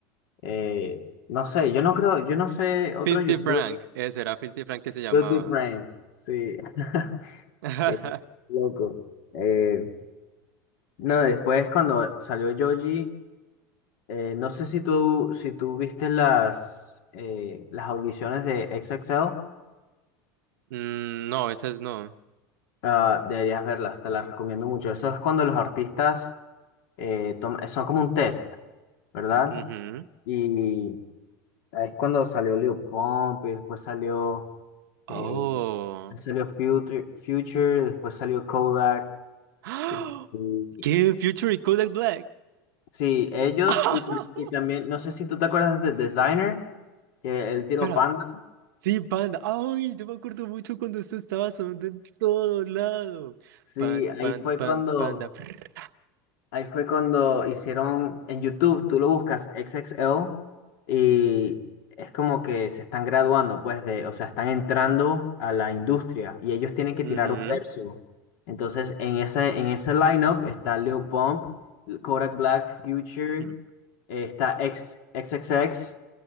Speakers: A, on the left; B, on the right.
A: Eh, no sé, yo no creo, yo no sé otro
B: Filthy
A: youtuber.
B: Frank. Ese era Filthy Frank que se llamaba.
A: Guilty Frank. Sí. <laughs>
B: <laughs>
A: Qué loco. Eh, no, después cuando salió Joji, eh, no sé si tú, si tú viste las, eh, las audiciones de XXL.
B: Mm, no, esas no.
A: Ah, deberías verlas, te las recomiendo mucho. Eso es cuando los artistas eh, toman- son como un test, ¿verdad?
B: Ujú.
A: Y ahí es cuando salió Lil Pump, y después salió, eh,
B: Oh.
A: salió Future, Future, después salió Kodak.
B: <gasps>
A: Y, y-
B: ¿Qué? Future y Kodak Black.
A: sí, ellos
B: <laughs>
A: y, tam- y también, no sé si tú te acuerdas de Designer, que el tiro
B: Espera,
A: Panda.
B: Sí, Panda. Ay, yo me acuerdo mucho cuando esto estaba sonando en todo lado.
A: Sí,
B: Panda,
A: ahí
B: panda,
A: fue
B: panda,
A: cuando,
B: panda. frrr.
A: Ahí fue cuando hicieron en YouTube, tú lo buscas X X L y es como que se están graduando, pues, de, o sea, están entrando a la industria y ellos tienen que
B: Ujú,
A: tirar un verso. Entonces, en ese, en ese lineup está Lil Pump, Kodak Black, Future,
B: ujú.
A: eh, está X, XXX,